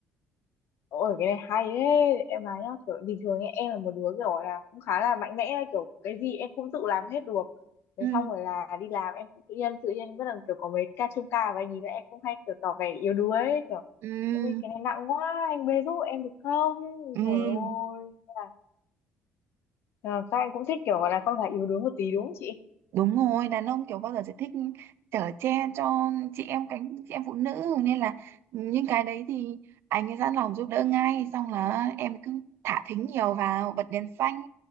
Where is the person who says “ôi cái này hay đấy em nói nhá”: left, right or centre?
Left